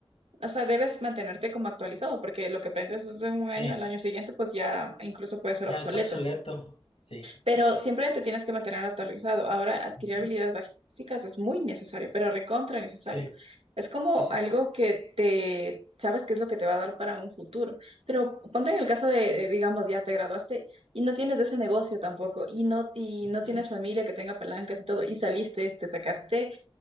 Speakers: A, on the right; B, on the left.
A: o sea, debes mantenerte como actualizado, porque lo que aprendes en un
B: Sí,
A: año, al año siguiente, pues ya incluso puede ser
B: ya
A: obsoleto.
B: es obsoleto. Sí.
A: Pero siempre te tienes que mantener actualizado. Ahora, adquirir
B: Ujú.
A: habilidades básicas es muy necesario, pero recontra necesario.
B: Sí,
A: Es como
B: sí, sí.
A: algo
B: sí.
A: que te sabes qué es lo que te va a dar para un futuro. Pero ponte en el caso de, de, digamos, ya te graduaste y no tienes de ese negocio tampoco, y no, y no
B: Ujú.
A: tienes familia que tenga palancas y todo, y saliste, te sacaste,